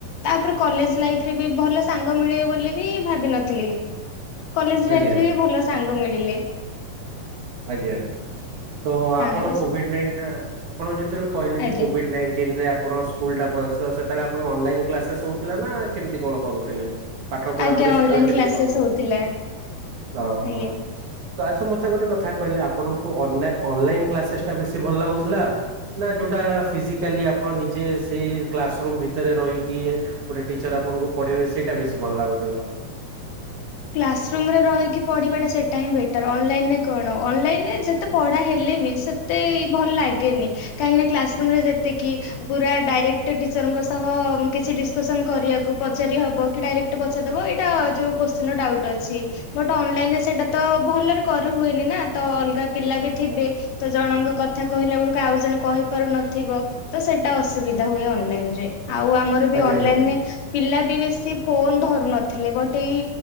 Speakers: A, on the left (about 80°); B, on the right (about 60°).
A: ତାପରେ କଲେଜ ଲାଇଫରେ ବି ଭଲ ସାଙ୍ଗ ମିଳିବ ବୋଲି ବି ଭାବିନଥିଲି । କଲେଜ ଲାଇଫରେ
B: ଆଜ୍ଞା
A: ବି ଭଲ ସାଙ୍ଗ ମିଳିଲେ।
B: ଆଜ୍ଞା। ତ
A: ସାଙ୍ଗ
B: ଆପଣ କୋଭିଡ ନାଇନ୍ ଆପଣଙ୍କ ଯୋଉ ଯେତେବେଳେ କହିଲେ
A: ଆଜ୍ଞା
B: କି କୋଭିଡ ନାଇଣ୍ଟିନ ରେ ଆପଣ ସ୍କୁଲ ଟା ବ ସେତେବେଳେ ଆପଣ ଅନଲାଇନ କ୍ଲାସେସ୍ ହଉଥିଲା ନା କେମିତି କଣ କରୁଥିଲେ? ପାଠ ପଢାପଢି
A: ଆଜ୍ଞା
B: ସେତେବେଳେ
A: ଅନଲାଇନ
B: କେମତି
A: କ୍ଲାସେସ୍
B: କଣ
A: ହଉଥିଲା
B: ତ
A: ଆଜ୍ଞା।
B: ହଉ ଆଚ୍ଛା ମତେ ଗୋଟେ କଥା ମୁଁ କହିଲି ଆପଣଙ୍କୁ ଅନଲାଇନ୍ ଅନଲାଇନ୍ କ୍ଲାସେସ୍ ଟା ବେଶୀ ଭଲ ଲାଗୁଥିଲା ନା ଯୋଉଟା ଫିଜିକାଲି ଆପଣ ନିଜେ ସେଇ କ୍ଲାସ୍ ରୁମ୍ ଭିତରେ ରହିକି ଗୋଟେ ଟିଚର ଆପଣଙ୍କୁ ପଢ଼େଇବେ ସେଇଟା ବେଶୀ ଭଲ ଲାଗୁଥିଲା।
A: କ୍ଲାସରୁୁମ ରେ ରହିକି ପଢ଼ିବାଟା ସେଇଟା ହିଁ ବେଟର୍। ଅନଲାଇନରେ କଣ ଅନଲାଇନରେ ଯେତେ ପଢ଼ା ହେଲେ ବି ସେତେ ଭଲ ଲାଗେନି କାହିଁକିନା କ୍ଲାସରୁୁମରେ ଯେତିକି ପୁରା ଡାଇରେକ୍ଟ ଟିଚରଙ୍କ ସହ କିଛି ଡିସକସନ୍ କରିବାକୁ ପଚାରି ହବ କି ଡାଇରେକ୍ଟ ପଚାରିଦେବ ଏଇଟା ଯୋଉ କୋଶ୍ଚିନ୍ ଡାଉଟ ଅଛି ବଟ ଅନଲାଇନ ରେ ସେଟା ତ ଭଲରେ କରିହୁଏନି ନା ତ ଅଲଗା ପିଲା ବି ଥିବେ ତ ଜଣଙ୍କ କଥା କହିଲା ବେଳକୁ ଆଉ ଜଣେ କହିପାରୁନଥିବ ତ ସେଇଟା ଅସୁବିଧା ହୁଏ ଅନଲାଇନ ରେ। ଆଉ ଆମର ବି
B: ଆଜ୍ଞା
A: ଅନଲାଇନରେ
B: ମ୍ୟାଡାମ।
A: ପିଲା ବି ବେଶୀ ଶୀ ଫୋନ ଧରୁ ନଥିଲେ ବଟ୍ ଏଇ